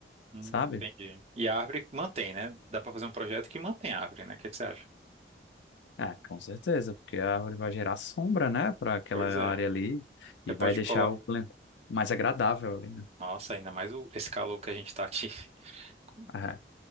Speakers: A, on the right (about 35°); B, on the left (about 85°).
A: Hum,
B: sabe?
A: Entendi. E a árvore que mantém, né? Dá para fazer um projeto que mantém a árvore, né? O que que você acha?
B: Ah, com certeza, porque a árvore vai gerar sombra, né, para aquela
A: Pois é.
B: área ali
A: Você
B: e
A: pode
B: vai deixar
A: colocar.
B: o plan- mais agradável ali, né?
A: Nossa, ainda mais o... esse calor que a gente tá aqui. <laughs>
B: Ah,